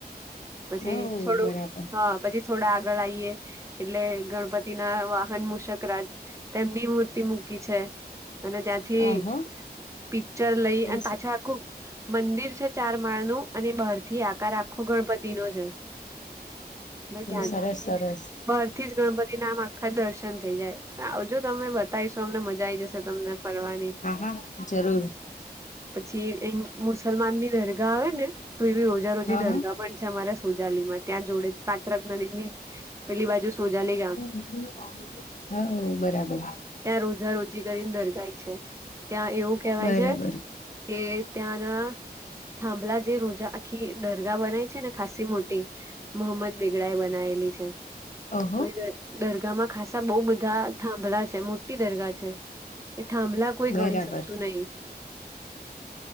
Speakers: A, on the right; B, on the left.
A: પછી
B: ઓ
A: થોડું
B: બરાબર
A: હા પછી થોડા આગળ આઈએ એટલે ગણપતિ ના વાહન મુશ્કરાજ તેમની મૂર્તિ મૂકી છે. અને ત્યાંથી
B: આહા
A: પિક્ચર લઈ
B: હો
A: અન પાછા આખું મંદિર છે ચાર માળનું અને બહારથી આકાર આખો ગણપતિ નો છે. અને ત્યાં
B: સરસ સરસ
A: બહાર થી જ ગણપતિ ના આમ આખા દર્શન થઈ જાય. આવજો તમે બતાઇસુ તમને મજા આઈ જશે તમને ફરવાની.
B: હા હા જરૂર
A: પછી એ મુસલમાનની દરગાહ આવે ને તો એવી ઓજા રોજી
B: હા
A: દરગાહ
B: હા
A: પણ છે અમારા સોજાલીમાં ત્યાં જોડે પાત્રક નદીની પેલી બાજુ સોજા લે
B: <unintelligible> હોવ બરાબર.
A: ત્યાં રોજા રોજી કરીન દરગાહ ય છે ત્યાં એવું કેહેવાય
B: બરાબર
A: છે. કે ત્યાં <unintelligible> થાંભલા જે રોજા આખી દર્ગા બનાય છે ને ખાસી મોટી મોહમ્મદ બેગડા એ બનાયેલી છે
B: ઓહો
A: તો એ દ દરગાહમાં ખાસા બહુ બધા થાંભલા છે. મોટી દરગાહ છે. એ થાંભલા કોઈ
B: બરાબર
A: ગણી શકતું નહી.